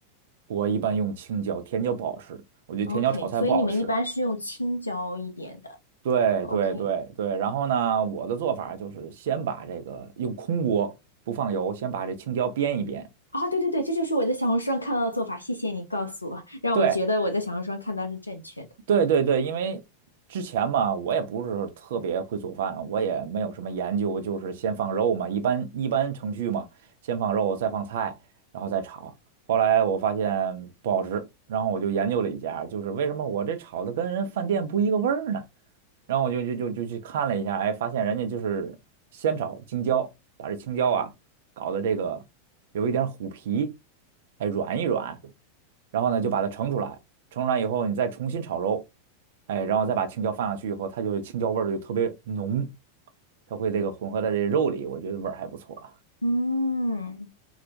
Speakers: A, on the right; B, on the left.
A: 我一般用青椒，甜椒不好吃，我觉得甜椒炒菜不好吃。
B: ？OK，所以你们一般是用青椒一点的。
A: 对对对对，
B: OK，
A: 然后呢，我的做法就是先把这个用空锅不放油，先把这青椒煸一煸。
B: 啊，对对对，这就是我在小红书上看到的做法。谢谢你告诉我，让我觉得我在小红书上看到是正确的。
A: 对对对对，因为之前嘛，我也不是特别会做饭，我也没有什么研究，就是先放肉嘛，一般一般程序嘛，先放肉，再放菜，然后再炒。后来我发现不好吃，然后我就研究了一下，就是为什么我这炒的跟人饭店不一个味儿呢？然后我就就就就去看了一下，哎，发现人家就是先找青椒，把这青椒啊搞的这个有一点虎皮，哎，软一软，然后呢就把它盛出来，盛出来以后你再重新炒肉，哎，然后再把青椒放上去以后，它就是青椒味儿就特别浓，它会这个混合在这肉里，我觉得味儿还不错啊。
B: 嗯